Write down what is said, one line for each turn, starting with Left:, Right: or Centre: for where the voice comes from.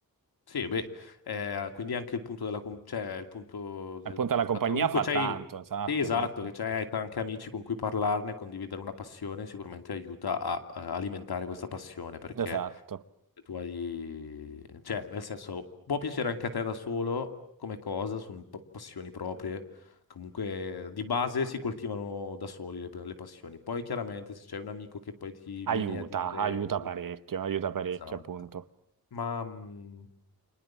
Left: Sì, beh, eh, quindi anche il punto della... com- cioè, il punto del
Right: E Appunto
Left: il
Right: la compagnia
Left: fatto che comunque
Right: fa
Left: c'hai...
Right: tanto, esatto,
Left: Sì, esatto,
Right: esatto,
Left: che c'hai anche amici con cui parlarne, condividere una passione, sicuramente aiuta a eh, alimentare questa passione, perché...
Right: esatto.
Left: tu hai, cioè, nel senso, può piacere anche a te da solo come cosa, sono pa- passioni proprie. Comunque, di base si coltivano da soli le, le passioni. Poi, chiaramente, se c'è un amico che poi ti viene
Right: Aiuta,
Left: a dire...
Right: aiuta parecchio, aiuta parecchio
Left: Esatto.
Right: appunto.
Left: Ma mh,